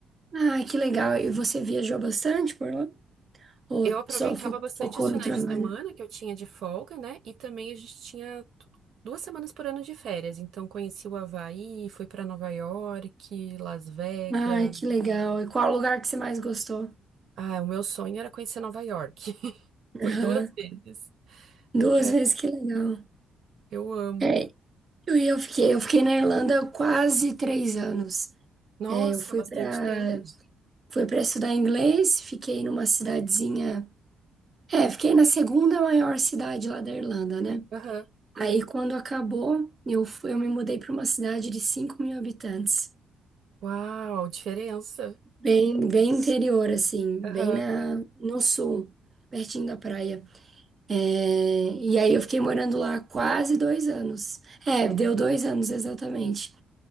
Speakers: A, on the right; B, on the right.
A: Ai, que legal. E você viajou bastante por lá? Ou
B: Eu aproveitava
A: só fo-
B: bastante
A: focou
B: os finais
A: no trabalho?
B: de semana que eu tinha de folga, né? E também a gente tinha du- duas semanas por ano de férias. Então conheci o Havaí, fui para Nova York, Las Vegas.
A: Ai, que legal. E qual lugar que você mais gostou?
B: Ah, o meu sonho era conhecer Nova York. <laughs> Fui
A: Aham.
B: duas vezes.
A: Duas
B: É,
A: vezes, que legal.
B: eu amo.
A: É, Eu, eu fiquei, eu fiquei na Irlanda quase três anos.
B: Nossa,
A: É, eu fui
B: bastante
A: para
B: tempo.
A: fui para estudar inglês, fiquei numa cidadezinha. É, fiquei na segunda maior cidade lá da Irlanda, né?
B: Aham.
A: Aí quando acabou, eu fui, eu me mudei para uma cidade de 5 mil habitantes,
B: Uau, diferença.
A: bem, bem interior, assim,
B: Aham.
A: bem na, no sul, pertinho da praia. É, e aí eu fiquei morando lá quase dois anos. É, deu dois anos exatamente.